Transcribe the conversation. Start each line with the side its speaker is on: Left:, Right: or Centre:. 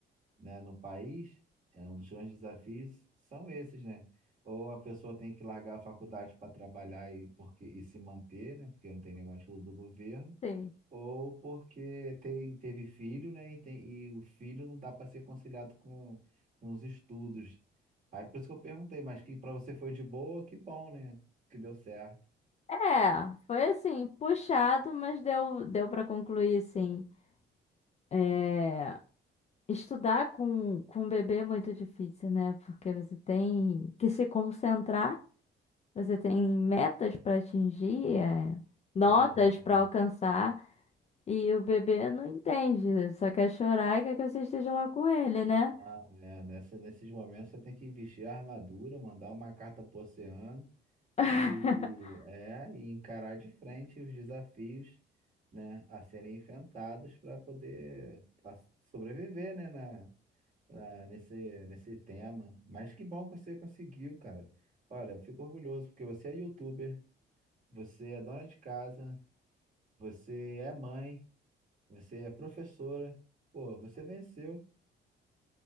Right: né, no país, é um dos grandes desafios são esses, né? Ou a pessoa tem que largar a faculdade para trabalhar e, porque, e se manter, né? Porque não tem nenhuma ajuda do governo,
Left: Sim.
Right: ou porque tem, teve filho, né? E, tem, e o filho não dá para ser conciliado com, com os estudos. Aí por isso que eu perguntei, mas que para você foi de boa, que bom, né? Que deu certo.
Left: É, foi assim, puxado, mas deu, deu para concluir, sim. É, estudar com, com um bebê é muito difícil, né? Porque você tem que se concentrar. Você tem metas para atingir, é, notas
Right: Não. é
Left: para alcançar, e o bebê não entende, só quer chorar e quer que você esteja lá com ele, né?
Right: Ah, é, nessa- nesses momentos você tem que vestir a armadura, mandar uma carta pro oceano
Left: <laughs>
Right: e, é, e encarar de frente os desafios, né, a serem enfrentados para poder a- sobreviver, né, na, na- nesse, nesse tema. Mas que bom que você conseguiu, cara. Olha, fico orgulhoso porque você é youtuber, você é dona de casa, você é mãe, você é professora. Pô, você venceu.